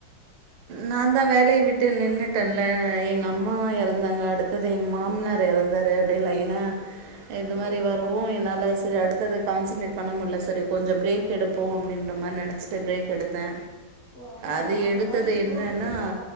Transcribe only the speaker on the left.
ஓ
ஓ
ஓ அப்டியா
அப்ப
வேலைக்கு போறது
இல்லையா